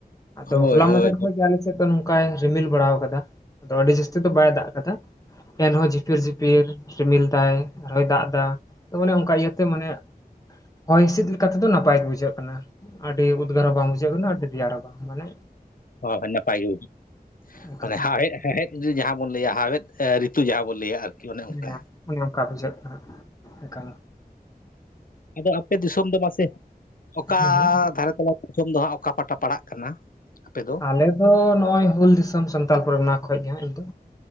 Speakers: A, on the left; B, on the left.
A: ᱟᱫᱚ
B: ᱦᱳᱭ
A: ᱦᱚᱞᱟ
B: ᱦᱳᱭ ᱦᱳᱭ
A: ᱢᱟᱦᱫᱮᱨ ᱠᱷᱚᱱ ᱜᱮ ᱟᱞᱮ ᱥᱮᱫ ᱫᱚ ᱱᱚᱝᱠᱟᱭ ᱨᱤᱢᱤᱞ ᱵᱟᱲᱟ ᱟᱠᱟᱫᱟ ᱟᱫᱚ ᱟᱹᱰᱤ ᱡᱟᱹᱥᱛᱤ ᱫᱚ ᱵᱟᱭ ᱫᱟᱜ ᱟᱠᱟᱫᱟ᱾ ᱮᱱᱦᱚᱸ ᱡᱷᱤᱯᱤᱨ ᱡᱷᱤᱯᱤᱨ ᱨᱤᱢᱤᱞ ᱫᱟᱭ ᱟᱨᱦᱚᱸᱭ ᱫᱟᱜ ᱮᱫᱟ ᱛᱚ ᱢᱟᱱᱮ ᱚᱱᱠᱟ ᱤᱭᱟᱹᱛᱮ ᱢᱟᱱᱮ ᱦᱚᱭ ᱦᱤᱸᱥᱤᱫ ᱞᱮᱠᱟᱛᱮᱫᱚ ᱱᱟᱯᱟᱭ ᱜᱮ ᱵᱩᱡᱷᱟᱹᱜ ᱠᱟᱱᱟ ᱟᱹᱰᱤ ᱩᱫᱽᱜᱟᱹᱨ ᱦᱚᱸ ᱵᱟᱝ ᱵᱩᱡᱷᱟᱹᱜ ᱠᱟᱱᱟ ᱟᱹᱰᱤ ᱨᱮᱭᱟᱲ ᱦᱚᱸ ᱵᱟᱝ ᱢᱟᱱᱮ
B: ᱦᱳ ᱱᱟᱯᱟᱭ ᱜᱮ <unintelligible>
A: ᱮᱠᱟᱞ
B: ᱢᱟᱱᱮ ᱦᱟ ᱦᱮᱫ ᱦᱟ ᱦᱮᱫ- ᱡᱩ ᱡᱟᱦᱟᱸ ᱵᱚᱱ ᱞᱟᱹᱭᱟ ᱦᱟᱣᱮᱫ ᱨᱤᱛᱩ ᱡᱟᱦᱟᱸ ᱵᱚᱱ ᱞᱟᱹᱭᱟ ᱟᱨᱠᱤ ᱚᱱᱮ
A: ᱦᱮᱸ
B: ᱚᱱᱠᱟ ᱾
A: ᱚᱱᱮ ᱚᱱᱠᱟ ᱵᱩᱡᱷᱟᱹᱜ ᱠᱟᱦᱟ ᱠᱟᱱ
B: ᱟᱫᱚ ᱟᱯᱮ ᱫᱤᱥᱚᱢ ᱫᱚ ᱢᱟᱥᱮ ᱚᱠᱟ
A: ᱦᱩᱸ ᱦᱩᱸ
B: ᱫᱷᱟᱨᱮ ᱛᱚᱞᱟ ᱥᱚᱢ ᱫᱚ ᱦᱟᱸᱜ ᱚᱠᱟ ᱯᱟᱴᱟ ᱯᱟᱲᱟᱜ ᱠᱟᱱᱟ ᱟᱯᱮ ᱫᱚ?
A: ᱟᱞᱮ ᱫᱚ ᱱᱚᱜᱼᱚᱭ ᱦᱩᱞ ᱫᱤᱥᱚᱢ ᱥᱟᱱᱛᱟᱞ ᱯᱟᱨᱜᱟᱱᱟ ᱠᱷᱚᱡ ᱜᱮ ᱦᱟᱸᱜ ᱤᱧ ᱫᱚ᱾